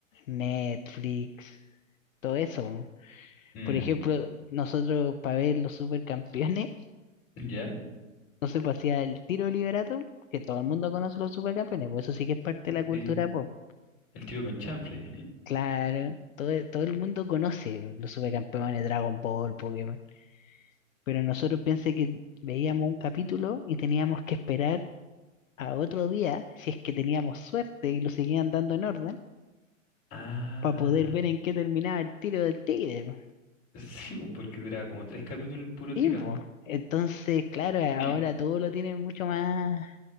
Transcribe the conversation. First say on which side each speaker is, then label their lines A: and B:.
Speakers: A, on the left; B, on the left.
A: Netflix, todo eso.
B: Mm,
A: Por ejemplo, nosotros para ver los supercampeones
B: ¿Ya?
A: Entonces, pues hacía el tiro liberato, que todo el mundo conoce los supercampeones, pues eso sí que es parte de la cultura
B: Sí.
A: pop.
B: El tiro con chanfle. <laughs>
A: Claro, todo, todo el mundo conoce los supercampeones, Dragon Ball, Pokémon. Pero nosotros pensé que veíamos un capítulo y teníamos que esperar a otro día, si es que teníamos suerte y lo seguían dando en orden,
B: Ah,
A: para poder ver en qué terminaba el tiro del tigre. Po.
B: sí, pues, porque duraba como tres capítulos el puro
A: Sí,
B: tiro.
A: po. Entonces, claro, ahora
B: <clears throat>
A: todo lo tienen mucho más.